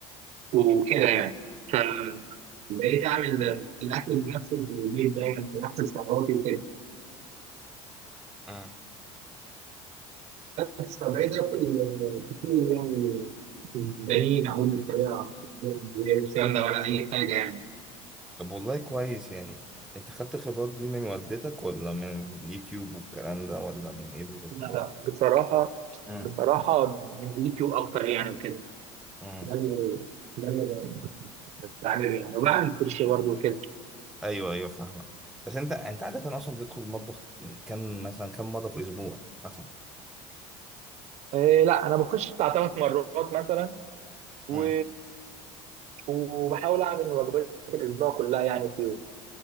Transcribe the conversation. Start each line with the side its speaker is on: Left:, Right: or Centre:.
Right: وكده يعني ف بقيت اعمل آه، الاكل بنفس البيت دايما بنفس السعرات وكده
Centre: امم
Right: بس فبقيت اكل آه، كتير يعني بنين اعمل بالطريقه من غير سمنه ولا اي حاجه يعني
Centre: طب والله كويس يعني انت خدت الخبرات دي من والدتك ولا من اليوتيوب والكلام ده ولا من ايه بالظبط
Right: لا لا بصراحة
Centre: امم
Right: بصراحة من اليوتيوب أكتر يعني وكده
Centre: امم
Right: ده اللي ده اللي بعمله يعني وبعمل سيرش برضه وكده
Centre: ايوه ايوه فاهمك بس انت انت عادة اصلا بتدخل المطبخ يعني كم مثلا كم مرة في الاسبوع مثلا
Right: إيه لا أنا بخش بتاع ثلاث مرات مثلا و...
Centre: امم
Right: وبحاول أعمل وجبات الأسبوع كلها يعني فيهم